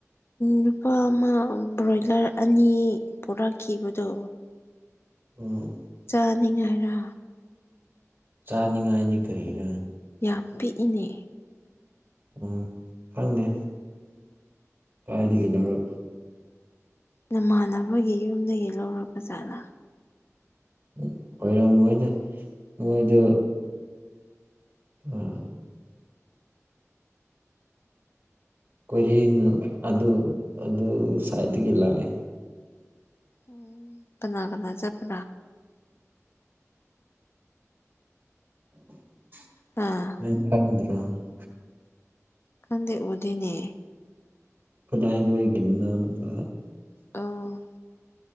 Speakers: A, on the left; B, on the right.
A: ꯅꯨꯄꯥ ꯑꯃ ꯕ꯭ꯔꯣꯏꯂꯔ ꯑꯅꯤ ꯄꯨꯔꯛꯈꯤꯕꯗꯣ
B: ꯎꯝ
A: ꯆꯥꯅꯤꯡꯉꯥꯏꯔ
B: ꯆꯥꯅꯤꯡꯉꯥꯏꯅꯤ ꯀꯔꯤꯔꯦ
A: ꯌꯥꯝ ꯄꯤꯛꯏꯅꯦ
B: ꯎꯝ ꯈꯪꯗꯦ ꯀꯥꯏꯗꯒꯤꯗꯒꯤ ꯂꯔ
A: ꯅꯃꯥꯟꯅꯕꯒꯤ ꯌꯨꯝꯗꯒꯤ ꯂꯧꯔꯔꯕ ꯖꯥꯠꯂꯥ
B: ꯎ ꯑꯣꯏꯔ ꯃꯣꯏꯗ ꯃꯣꯏꯗ ꯑꯥ ꯀꯣꯏꯔꯦꯡ ꯑꯗꯨ ꯑꯗꯨ ꯁꯥꯏꯠꯇꯒꯤ ꯂꯥꯛꯑꯦ
A: ꯎꯝ ꯀꯅꯥ ꯀꯅꯥ ꯆꯄ
B: <unintelligible>
A: ꯑꯥ ꯀꯪꯗ ꯑꯣꯗꯤꯅꯦ
B: ꯈꯨꯂꯥꯏ ꯏꯕꯣꯏꯒꯤ ꯃꯅꯥꯎꯅꯨꯄꯥ
A: ꯑꯣ